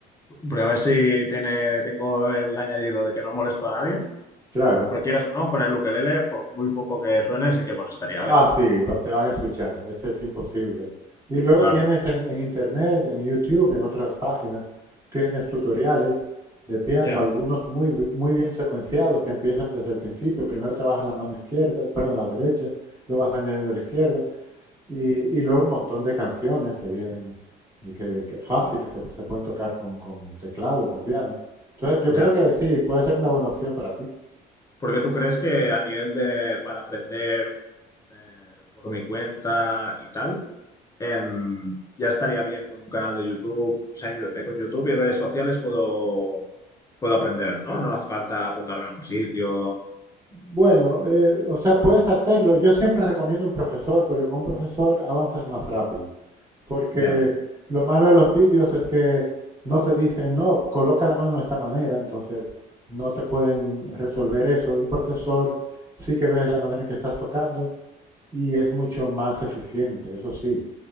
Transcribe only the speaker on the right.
Claro.
Ah,
sí, va- te van a escuchar, ese es imposible. Y luego
tienes en, en internet, en YouTube, en otras páginas, tienes tutoriales de piano,
algunos muy, bi- muy bien secuenciados que empiezan desde el principio. Primero trabajas la mano izquierda, perdón, la derecha, luego vas añadiendo la izquierda y, y luego un montón de canciones que vienen eh, que, que fáciles
que se pueden tocar con, con teclado, con piano. Entonces yo
creo que sí, puede ser una buena opción para ti.
Bueno, eh, o sea, puedes hacerlo. Yo siempre recomiendo un profesor, porque con un profesor avanzas más rápido. Porque
lo malo de los vídeos es que no te dicen, no, coloca la mano de esta manera, entonces no te pueden resolver eso. Y un profesor sí que ves la manera en que estás tocando y es mucho más eficiente, eso sí.